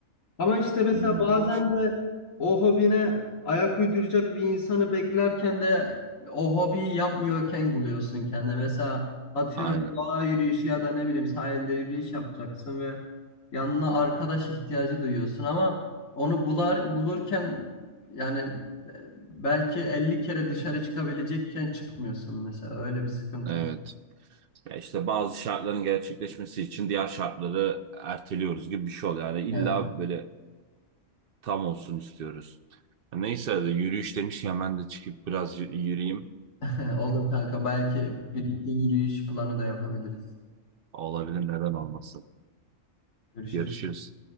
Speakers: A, on the left; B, on the right.
A: Ama işte mesela
B: Bilmiyorum
A: bazen
B: o şey.
A: de o hobine ayak uyduracak bir insanı beklerken de o hobiyi yapmıyorken buluyorsun kendine. Mesela atıyorum
B: Aynen.
A: doğa yürüyüşü ya da ne bileyim sahilde yürüyüş yapacaksın ve yanına arkadaş ihtiyacı duyuyorsun ama onu bular bulurken yani e, belki 50 kere dışarı çıkabilecekken çıkmıyorsun mesela öyle bir sıkıntı
B: Evet.
A: da.
B: Ya işte bazı şartların gerçekleşmesi için diğer şartları erteliyoruz gibi bir şey oluyor. Yani illa
A: Evet.
B: böyle tam olsun istiyoruz. Neyse yürüyüş demişken ben de çıkıp biraz yürüyeyim.
A: <laughs> Olur kanka belki birlikte yürüyüş planı da yapabiliriz.
B: Olabilir neden olmasın.
A: Görüşürüz.
B: Görüşürüz.